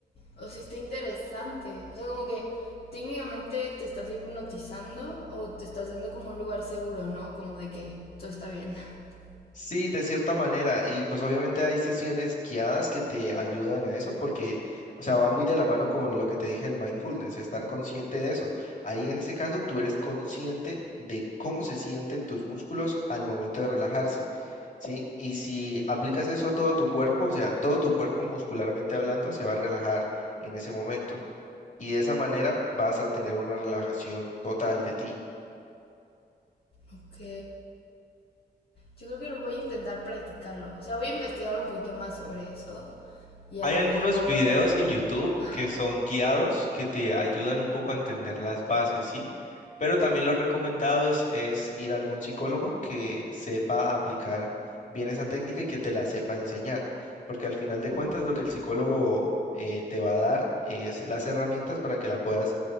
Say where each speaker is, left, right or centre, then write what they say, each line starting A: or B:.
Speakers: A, on the left (about 60°); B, on the left (about 45°).
A: O sea, está interesante. O sea, como que técnicamente te estás hipnotizando o te estás dando como un lugar seguro, ¿no? Como de que todo está bien. <laughs>
B: Sí, de cierta manera, y pues obviamente hay sesiones guiadas que te ayudan a eso, porque, o sea, va muy de la mano con lo que te dije del mindfulness, estar consciente de eso. Ahí en ese caso tú eres consciente de cómo se sienten tus músculos al momento de relajarse, ¿sí? Y si aplicas eso a todo tu cuerpo, o sea, todo tu cuerpo muscularmente hablando se va a relajar en ese momento, y de esa manera vas a tener una relajación total de ti.
A: Ok. Yo creo que lo voy a intentar practicarlo. O sea, voy a investigar un poquito más sobre eso y
B: Hay
A: a lo
B: algunos
A: mejor...
B: videos en YouTube
A: Ajá.
B: que son guiados que te ayudan un poco a entender las bases, ¿sí? Pero también lo recomendado es, es ir a algún psicólogo que sepa aplicar bien esa técnica y que te la sepa enseñar, porque al final de cuentas
A: Mm.
B: lo que el psicólogo eh, te va a dar es las herramientas para que la puedas